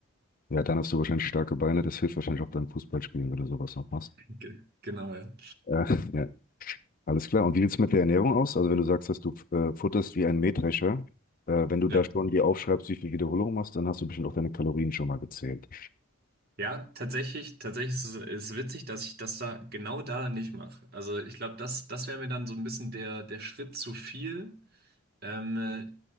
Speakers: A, on the left (about 40°); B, on the right (about 45°).
A: Ja, dann hast du wahrscheinlich starke Beine. Das hilft wahrscheinlich auch beim Fußballspielen, wenn du sowas noch machst.
B: Ge genau, ja.
A: Äh, <laughs> ja, alles klar. Und wie sieht's mit der Ernährung aus? Also wenn du sagst, dass du äh, futterst wie ein Mähdrescher, äh, wenn du
B: Ja,
A: da schon dir aufschreibst, wie viel Wiederholung machst, dann hast du bestimmt auch deine Kalorien schon mal gezählt.
B: ja tatsächlich, tatsächlich ist es ist witzig, dass ich das da genau da dann nicht mache. Also ich glaube, das, das wäre mir dann so ein bisschen der, der Schritt zu viel. ähm, äh,